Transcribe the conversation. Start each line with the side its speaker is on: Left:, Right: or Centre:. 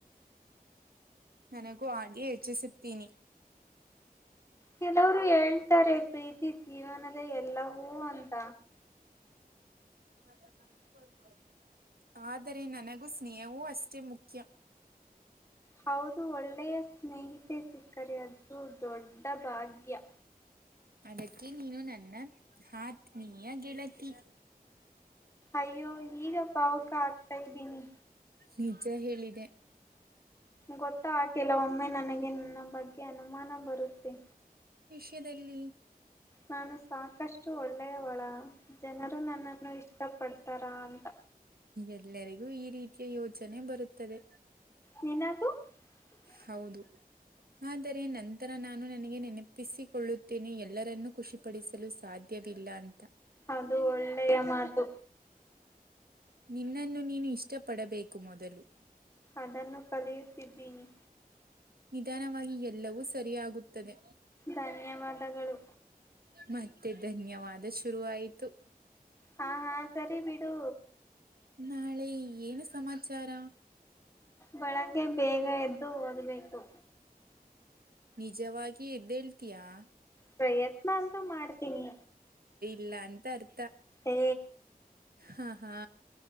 Right: ನನಗೂ ಆದೇ ಹೆಚ್ಚಿಸುತ್ತೀನಿ.
Left: ಕೆಲವರು ಹೇಳ್ತಾರೆ ಪ್ರೀತಿ ಜೀವನದ. ಎಲ್ಲವೂ ಅಂತ.
Right: ಹ. ಆದರೆ ನನಗೂ. ಸ್ನೇಹವೂ ಅಷ್ಟೇ ಮುಖ್ಯ.
Left: ಹೌದು ಒಳ್ಳೆಯ ಸ್ನೇಹಿಿತ. ಬೇ ಸಿಕ್ಕ. ಅದು ದೊಡ್ಡ ಭಾಗ್ಯ.
Right: ಅದಕ್ಕೆ ನೀನು ನನ್ನ ಆತ್ಮೀಯ ಗೆಳತಿ.
Left: ಅಯ್ಯೋ ಈಗ ಭಾವುಕ ಆಗ್ತಾ ಇದ್ದೀನಿ
Right: ನಿಜ ಹೇಳಿದೆ.
Left: ಗೊತ್ತ ಹಾಕಿಲ್ಲ ಒಮ್ಮೆ ನನಗೆ ನನ್ನ ಬಗ್ಗೆ ಅನುಮಾನ ಬರುತ್ತೆ.
Right: ್ಯದಲ್ಲಿ.
Left: ನಾನು ಸಾಕಷ್ಟು ಒಳ್ಳೆಯವಳ ಜನರು ನನ್ನನ್ನು ಇಷ್ಟಪಡ್ತಾರಾ ಅಂತ
Right: ಎಲ್ಲರಿಗೂ ಈ ರೀತಿ. ಯೋಜನೆ ಬರುತ್ತದೆ.
Left: ನೀಿನದುು <unintelligible>
Right: ಹೌದು. ಆದರೆ ನಂತರ ನಾ. ನನಗೆ ನೆನಪಿಸಿಕೊಳ್ಳುತ್ತೇನೆ ಎಲ್ಲರನ್ನು ಖುಷಿಪಡಿಸಲು ಸಾಧ್ಯವಿಲ್ಲ ಅ
Left: ಅದು ಒಳ್ಳೆಯ ಮಾತು
Right: ನಿನ್ನನ್ನು ನೀನು ಇಷ್ಟಪಡಬೇಕು ಮೊದಲು
Left: ಅದನ್ನು ಕಲಿಯುತ್ತಿದ್ದೀನಿ
Right: ನಿಧಾನವಾಗಿ ಎಲ್ಲವೂ ಸರಿಯಾಗುತ್ತದೆ
Left: ಧನ್ಯವಾದಗಳು
Right: ಮತ್ತೆ ಧನ್ಯವಾದ ಶುರುವಾಯತು ತ
Left: ಹಾ ಹಾ ಸರಿ ಬಿಡು
Right: ನಾಳೆ ಏನು ಸಮಾಚಾರ
Left: ಬೆಳಗ್ಗೆ ಬೇಗ ಎದ್ದು ಓದ್ಬೇಕು
Right: ನಿಜವಾಗಿ ಎದ್ದ ಹೇಳ್ತೀಯಾ
Left: ಪ್ರಯತ್ನ ಅಂತೂ ಮಾಡ್ತೀನಿ
Right: ಲ್ಲ ಅಂತ ಅ
Left: ಹ್ಮ
Right: ಹಾ ಹಾ